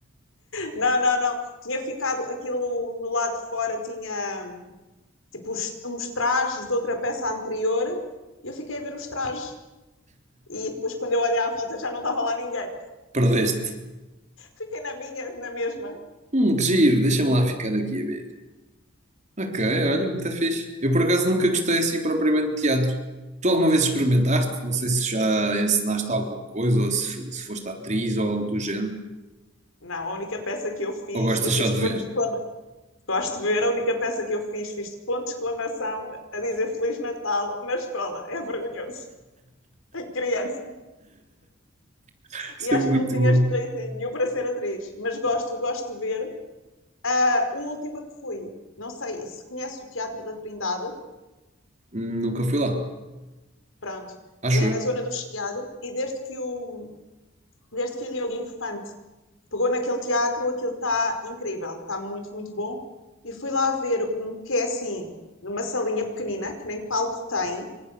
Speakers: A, on the left; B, on the right.
A: Não, não, não. Tinha ficado aquilo no lado de fora, tinha tipo uns, uns trajes de outra peça anterior e eu fiquei a ver os trajes. E depois, quando eu olhei à volta, já não estava lá ninguém.
B: Perdeste.
A: Fiquei na minha, na mesma.
B: Hum, que giro, deixa-me lá ficar aqui a ver. Ok, olha, muito fixe. Eu por acaso nunca gostei assim propriamente de teatro. Tu alguma vez experimentaste? Não sei se já ensinaste alguma coisa, ou se, fo- se foste atriz ou algo do género.
A: Não, a única peça que eu fiz,
B: Ou gostas
A: e fiz
B: só de
A: de ponto
B: ver?
A: de exclamação. Gosto de ver, a única peça que eu fiz, fiz de ponto de exclamação a dizer Feliz Natal na escola. É vergonhoso. Em criança.
B: <laughs> Isso
A: e acho
B: é muito
A: que não tinha
B: bom.
A: jeito nenhum para ser atriz, mas gosto, gosto de ver. A última que fui, não sei se conhece o Teatro da Trindade,
B: Hum, Nunca fui lá,
A: pronto,
B: acho
A: é
B: eu.
A: na zona do Chiado, e desde que o, desde que o Diogo Infante pegou naquele teatro, aquilo está incrível, está muito, muito bom. E fui lá ver um que é assim, numa salinha pequenina, que nem palco tem,